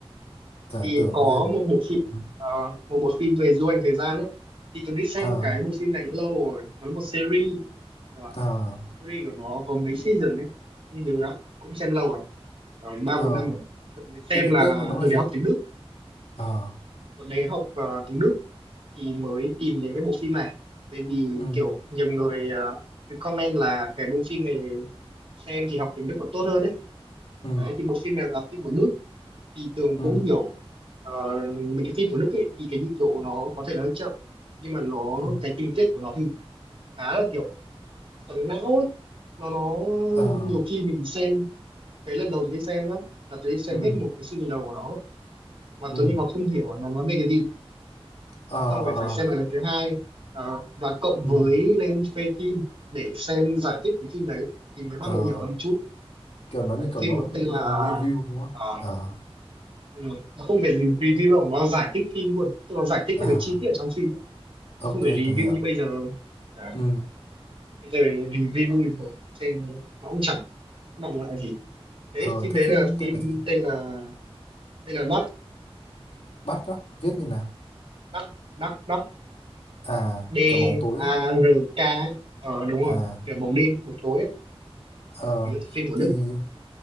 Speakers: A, on the left (about 80°); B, on the right (about 65°).
A: giả
B: Thì
A: tưởng
B: có
A: gì
B: một bộ phim,
A: Ừ.
B: ờ, một bộ phim về du hành thời gian ấy. Thì tôi đi xem
A: à,
B: cái bộ phim này cũng lâu rồi. Nó là một series, các bạn.
A: à,
B: Series của nó có mấy season đấy, không nhớ đó. Cũng xem lâu rồi, rồi ba
A: à.
B: bốn năm rồi. Tôi đến xem
A: thì cái
B: là
A: tên của nó là
B: tôi
A: gì
B: để học tiếng Đức,
A: à,
B: tôi để học ờ, tiếng Đức thì mới tìm đến cái bộ phim này tại vì
A: ừ,
B: kiểu nhiều người ờ, cứ comment là cái bộ phim này xem thì học tiếng Đức nó tốt hơn đấy
A: ừ,
B: đấy thì bộ phim này là phim của Đức thì Tường
A: ừ,
B: cũng hiểu ờ, về cái phim của Đức ấy, thì cái nhịp độ của nó có thể là hơi chậm nhưng mà nó
A: ừ,
B: cái tình tiết của nó thì khá là kiểu xoắn não ấy nó nó
A: à,
B: nhiều khi mình xem cái lần đầu tôi đi xem nhá là tôi đi xem
A: ừ,
B: hết một cái season đầu của nó mà
A: ừ,
B: tôi nên còn không hiểu là nó nói về cái gì
A: à,
B: xong rồi phải xem lại lần thứ hai ờ, và cộng
A: ừ.
B: với lên phê phim để xem giải thích cái phim đấy thì mới bắt
A: Ờ,
B: đầu hiểu ra một chút
A: kiểu nó như
B: đấy,
A: kiểu
B: phim
A: nó
B: có
A: nó
B: tên là
A: review đúng không?
B: ờ,
A: Ờ,
B: ừ, nó không phải gì review đâu nó giải thích phim luôn tức là giải thích
A: à,
B: các cái chi tiết ở trong phim
A: ok,
B: chứ không phải review
A: từng hiểu.
B: như bây giờ Đấy,
A: Ừ.
B: bây giờ review thì xem nó cũng chẳng có động lại gì đấy
A: Ờ,
B: phim
A: thế
B: đấy
A: phim
B: là phim
A: tên là gì?
B: tên là tên là Dark
A: Bắt á, viết như nào?
B: Dark Dark Dark
A: À,
B: D
A: kiểu bóng tối
B: A
A: á.
B: R K ờ đúng rồi
A: À,
B: kiểu bóng đêm bóng tối
A: ờ,
B: ấy. phim của
A: thì
B: Đức